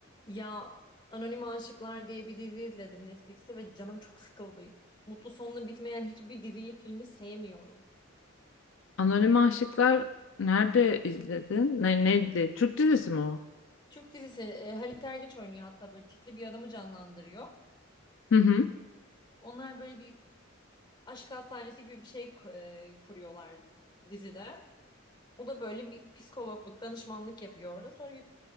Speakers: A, on the left (about 25°); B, on the left (about 65°).
A: Ya Anonim Aşıklar diye bir dizi izledim Netflix'te ve canım çok sıkıldı. Mutlu sonla bitmeyen hiçbir diziyi, filmi sevmiyorum.
B: Anonim Aşıklar nerede izledin? Ne, neydi? Türk dizisi mi o?
A: Türk dizisi e, Halit Ergenç oynuyor hatta böyle tikli bir adamı canlandırıyor.
B: Hı hı.
A: Onlar böyle bir aşk hastanesi gibi bir şey ku- e, kuruyorlar dizide. O da böyle bir psikologluk, danışmanlık yapıyor orada. Sonra bir